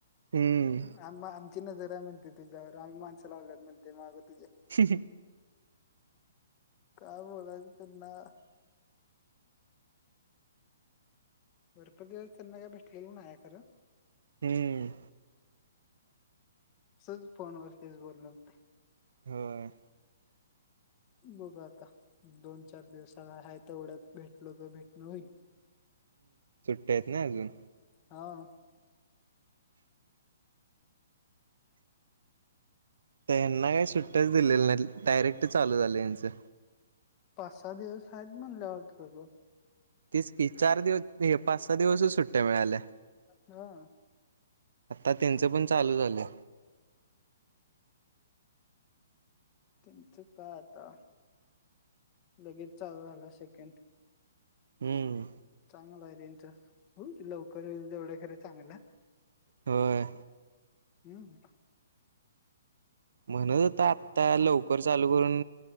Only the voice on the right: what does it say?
हम्म
ह
हम्म.
होय.
भेटत नाही अजून.
त्यांना काही सुट्टच दिलेल नाही डायरेक्ट चालू झाले यांचं.
तेस की चार दिवस. नाही पाच सहा दिवसच सुट्ट्यां मिळाल्या.
आता त्यांचं पण चालू झालं.
हम्म
होय.
म्हणत आता आता लवकर चालू करून